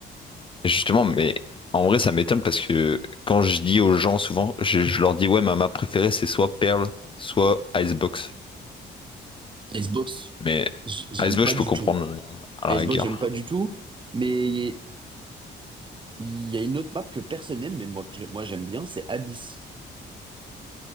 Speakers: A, on the left (about 25°); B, on the right (about 25°).
A: justement, mais en vrai, ça m'étonne parce que quand je dis aux gens, souvent, je, je leur dis, ouais, ma map préférée, c'est soit Pearl, soit Icebox.
B: Icebox,
A: Mais
B: j- j'aime
A: Icebox,
B: pas
A: je
B: du
A: peux comprendre
B: tout.
A: à la
B: Icebox,
A: rigueur.
B: j'aime pas du tout, mais il y a il y a une autre map que personne n'aime, mais moi, que je- moi j'aime bien, c'est Abyss.